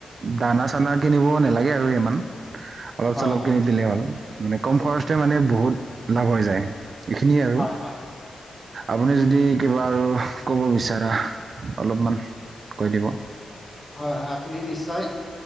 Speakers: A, on the right; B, on the left.
A: দানা চানা কিনিব নালাগে আৰু ইমান। অলপ
B: হয়
A: চলপ
B: হয়
A: কিনি দিলে হ'ল মানে কম খৰচতে মানে বহুত লাভ হৈ যায়। এইখিনিয়ে আৰু,
B: হয় হয়
A: আপুনি যদি কিবা আৰু ক'ব বিচাৰা অলপমান কই দিব।
B: হয় হয় আপুনি নিশ্চয়